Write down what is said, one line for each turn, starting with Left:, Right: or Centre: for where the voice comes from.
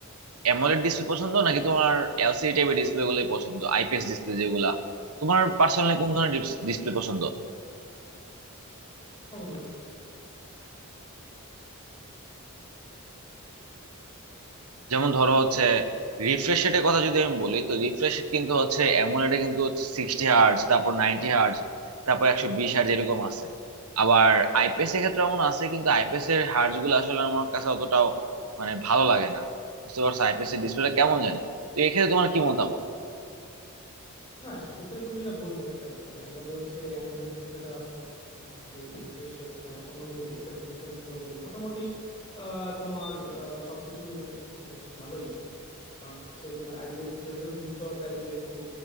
Right: অ্যামোলেড ডিসপ্লে পছন্দ নাকি তোমার এলসিডি টাইপের ডিসপ্লে গুলোই পছন্দ আইপিএস ডিসপ্লে যেগুলা তোমার পার্সোনালি কোন ধরনের ডিসপ্লে পছন্দ
Left: না বন্ধু
Right: যেমন ধরো হচ্ছে রিফ্রেশ রেটের কথা যদি আমি বলি তো রিফ্রেশ রেট কিন্তু হচ্ছে এমন এটা কিন্তু সিক্সটি হার্জ তারপর নাইনটি হার্জ তারপর একশো বিশ হার্জ এরকম আছে আবার আইপিএস এর ক্ষেত্রে এমন আছে কিন্তু আইপিএস এর হার্জ গুলো আসলে আমার কাছে অতটাও মানে ভালো লাগে না বুঝতে পারছো আইপিএস এর ডিসপ্লেটা কেমন জানি তো এক্ষেত্রে তোমার কি মতামত
Left: না সেক্ষেত্রে তুমি যেটা বললে আর কি যে আমরা যে হচ্ছে অ্যামোলেড ডিসপ্লেটা তোমার যে রিফ্রেশ রেট বা অন্য যে স্পেসিফিকেশন গুলো বলো মোটামুটি আহ, তোমার আহ, সবকিছু বেশ ভালোই কারণ হচ্ছে তোমার আইপিএস ডিসপ্লেটা ধূসর টাইপের একটু